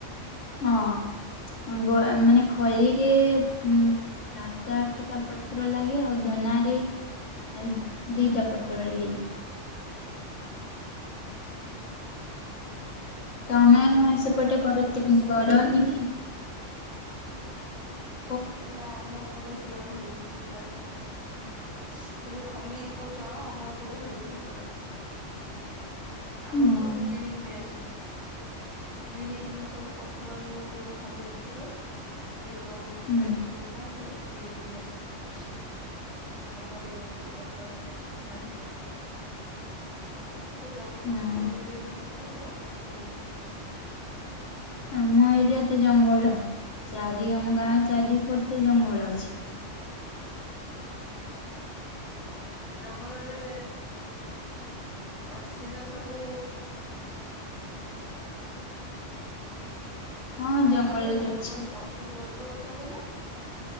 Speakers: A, on the left; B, in the centre.
A: ହଁ ଗୋଳା- ମାନେ ଖଳିରେ ଉଁ-ତା ସାତ ଆଠଟା ପତ୍ର ଲାଗେ ଆଉ ଦନାରେ ଏଁ- ଦିଟା ପତ୍ରରେ ହେଇଯାଏ। ତମେ ସେପଟେ
B: ଯୋଉ ଖଲି
A: କରନ୍ତି-
B: ପତ୍ର ସିଲେଇ
A: କରନି
B: ହୁଏ
A: କି? <inaudible>
B: ନାଁ ଆମ ଏପଟେ ସେଗୁଡା ହୁଏନି ମୁଁ ଜାଣିନି। ସେ ଯଉ ଖଲି କହୁଚ ଆମ ଏପଟେ ହୁଏନି ସେଗୁଡା। ଆମର
A: ହଁ।
B: ସବୁ କିଣିକି ନେଇ ଆସନ୍ତି କିଣିକିନା ସବୁ ପତ୍ର ଯଉ ଖଲି ପତ୍ର ସେ ଯଉ ଦନ-
A: ହୁଁ
B: ଦନା ସବୁ କିଣିକି ନେଇ ଆସନ୍ତି। ଆମ ଆଡେ ସେ ପତ୍ର ନାହିଁ ତ। ଜମା
A: ହଁ
B: ବି ସେପଟେ ଏରିଆରେ ମିଳୁଥିବ ଆଉ ଆମ ଏପଟେ ମିଳେନି।
A: ଆମ ଏରିଆ ତ ଜଙ୍ଗଲ ଚାରି- ଆମ ଗାଁ ଚାରିପଟେ ଜଙ୍ଗଲ ଅଛି।
B: ହ। ଜଙ୍ଗଲରେ ଅଛି ତ ସବୁ
A: ହଁ
B: ଜଙ୍ଗଲରେ ସବୁ-ମାନେ
A: ଅଛି।
B: ପଶୁ ଜନ୍ତୁ ଅଛନ୍ତି ନା